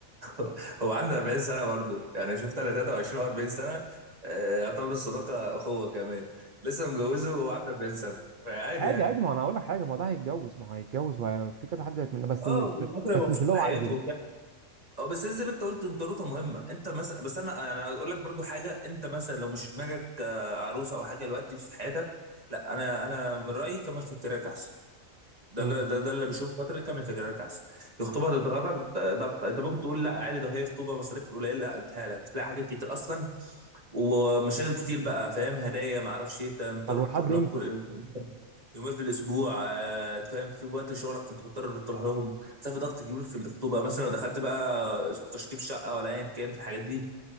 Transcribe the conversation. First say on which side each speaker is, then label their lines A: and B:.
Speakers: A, on the right; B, on the right.
A: <laughs> هو عنده 40 سنه برضو يعني شفت انا 23 و 40 سنه آه، يعتبر الصداقه اخوه كمان لسه متجوزه وهو عنده 40 سنه فعادي
B: عادي
A: يعني
B: عادي ما انا اقول لك حاجه ما ده هيتجوز ما هو هيتجوز وفي كذا حد هيتمنى بس
A: اه
B: مش
A: وبعدين هو
B: بس
A: مبسوط
B: مش اللي
A: بحياته
B: هو عايزه بقى
A: وبتاع اه بس زي ما انت قلت انطروته مهمه انت مثلا بس انا يعني اقول لك برضو حاجه انت مثلا لو مش في دماغك آه، عروسه او حاجه دلوقتي في حياتك لا انا انا من رايي كمل في الكراك احسن ده
B: مم.
A: اللي ده, ده اللي بشوفه فتره تعمل فكرك احسن الخطوبه هتضغطك ضغط انت ممكن تقول لا عادي ده هي خطوبه مصاريف قليله لا بتهالك تلاقي حاجات كتير اصلا ومشاغل كتير بقى فاهم هدايا ما اعرفش ايه انت مضطر
B: طب ولحد
A: تروح لهم
B: امتى؟
A: كل يومين في الاسبوع آه، فاهم في وقت شغلك فانت مضطر تروح لهم ده في ضغط كبير في الخطوبه مثلا لو دخلت بقى تشطيب شقه ولا ايا كان في الحاجات دي